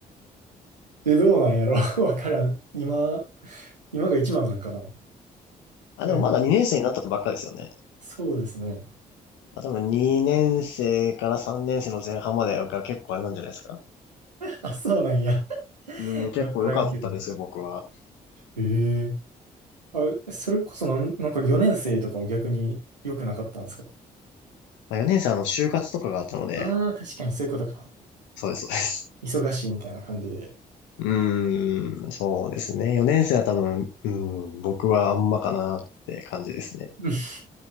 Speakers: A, on the right; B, on the left.
A: え、どうなんやろ <laughs> わからん。今、今が一番なんかな。
B: あ、
A: でも
B: でもまだ2年生になったばっかですよね。
A: そうですね。
B: まあ、多分2年生から3年生の前半までが結構あれなんじゃないですか
A: あ、そうなんや。<laughs>
B: うん、結構良かったですよ、
A: わからんけど。
B: 僕は。
A: ええあ、それこそなん、なんか4年生とかは逆に良くなかったんですか
B: まあ、4年生はあの、就活とかがあったので、
A: ああー、確かにそういうことか。
B: そうです、そうです。
A: 忙しいみたいな感じで。
B: うーん、そうですね。4年生は多分、うん、僕はあんまかなって感じですね。
A: <laughs>